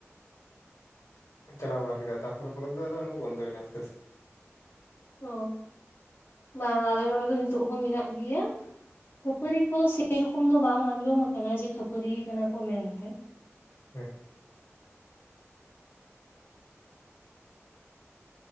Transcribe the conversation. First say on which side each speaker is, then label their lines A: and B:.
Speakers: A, on the left (about 85°); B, on the left (about 50°).
A: ᱪᱟᱞᱟᱣ ᱵᱟᱲᱟ ᱠᱮᱫᱟ᱾ ᱛᱟᱨᱯᱚᱨ ᱯᱚᱨᱮ ᱫᱚ ᱟᱫᱚ ᱚᱱᱟ ᱫᱚ ᱵᱚᱱᱫᱚᱭ ᱮᱱᱟ ᱟᱥᱛᱮ ᱟᱥᱛᱮ <inaudible>
B: ᱚ ᱵᱟᱝ, ᱟᱞᱮ ᱱᱚᱸᱰᱮ ᱫᱚ ᱱᱤᱛᱚᱜ ᱦᱚᱸ ᱢᱮᱱᱟᱜ ᱜᱮᱭᱟ᱾ ᱠᱷᱟᱹᱯᱟᱹᱨᱤ ᱠᱚᱫᱚ ᱥᱮ ᱨᱚᱠᱚᱢ ᱫᱚ ᱵᱟᱝ ᱟᱸᱡᱚᱢ ᱟᱠᱟᱱᱟ ᱡᱮ ᱠᱷᱟᱹᱯᱟᱹᱨᱤ ᱠᱟᱱᱟ ᱠᱚ ᱢᱮᱱᱛᱮ᱾
A: ᱦᱳᱭ